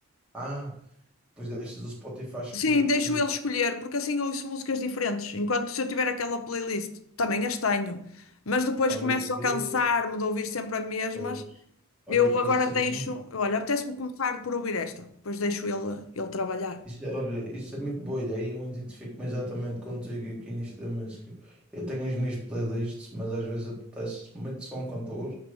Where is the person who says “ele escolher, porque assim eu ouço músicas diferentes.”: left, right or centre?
Left